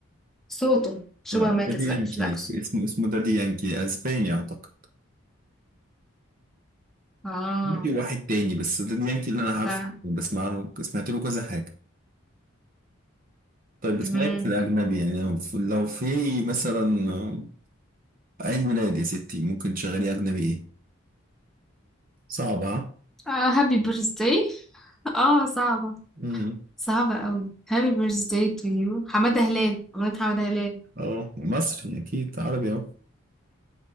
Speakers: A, in the centre; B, on the right.
A: صوته شبه
B: لا
A: مايكل
B: دادي يانكي
A: جاك- جاكسون
B: اسمه اسمه دادي يانكي اسباني اعتقد
A: اه
B: في واحد تاني بس دادي يانكي اللي انا عارفه
A: لا
B: بسمع له سمعت له كذا حاجه طيب
A: مهم.
B: بتسمعي إيه في الاجنبي يعني في- لو في مثلا عيد ميلاد يا ستي ممكن تشغلي اجنبي ايه صعبه
A: آه هابي بيرثداي اه صعبة
B: ها
A: صعبة قوي هابي بيرثداي تو يو حمادة هلال أغنية حمادة هلال
B: اه مصري اكيد عربي اهو